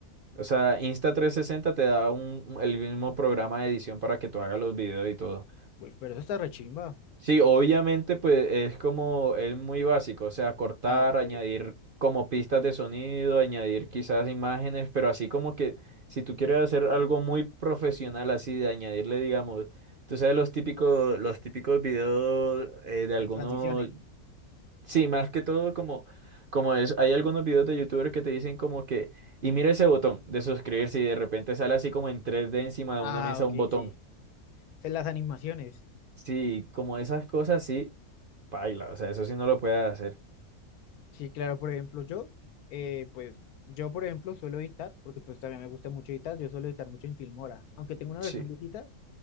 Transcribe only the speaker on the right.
O sea, insta trescientos sesenta te da un, un- el mismo programa de edición para que tú hagas los videos y todo.
Sí, obviamente, pues es como, es muy básico, o sea, cortar,
añadir como pistas de sonido, añadir quizás imágenes, pero así como que si tú quieres hacer algo muy profesional, así de añadirle, digamos, tú sabes los típicos, los típicos videos eh, de algunos,
sí, más que todo como, como es, hay algunos videos de YouTubers que te dicen como que, y mira ese botón de suscribirse y de repente sale así como en 3D encima
de una mesa
un botón.
Sí, como esas cosas, sí, paila, o sea, eso sí no lo puedes hacer.
Sí,